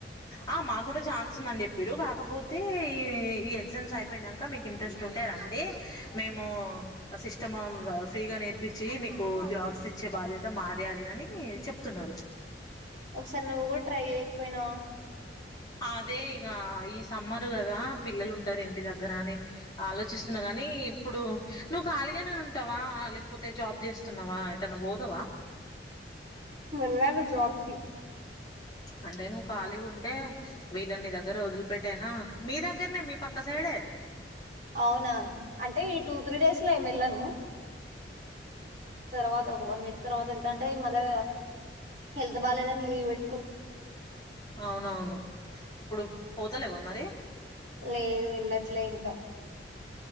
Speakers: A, on the left; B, on the right.
A: ఆ మాకు కూడా ఛాన్స్ ఉందని చెప్పారు కాకపోతే ఈ ఈ ఎగ్జామ్స్ అయిపోయినాక మీకు ఇంట్రెస్ట్ ఉంది ఉంటే రండి మేము సిస్టమ్ ఫ్రీగా నేర్పించి మీకు జాబ్స్ ఇచ్చ బాధ్యత మాదే అదిద అని చెప్తున్నారు
B: ఒకసారి నువ్వు కూడా ట్రై చేయకపోయినావ
A: అదే ఇక ఈ సమ్మర్ కదా పిల్లలు ఉంటారు ఇంటి దగ్గర అని ఆలోచిస్తున్న కా కానీ ఇప్పుడు నువ్వు ఖాళీగానే ఉంటావా లేకపోతే జాబ్ చేస్తున్నావా ఏటనా పోతావ <unintelligible>
B: వెళ్ళాలి జాబ్ కి
A: అంటే నువ్వు ఖాళీగా ఉంటే వీళ్ళన్నీ దగ్గర వదిలిపెట్టానా మీ దగ్గరనే మీ పక్క సైడ్ డే
B: అవునా అంటే ఈ టూ త్రీ డేస్ లో ఏమి వెళ్ళను తర్వాత ఓ మి తర్వాత వెళ్తుంటే ఈ మదర హెల్త్ బాలేదని లీవ్ పెట్
A: అవునవును ఇప్పుడు పోతలేవా మరి
B: లేదు వెళ్ళట్లే ఇంకా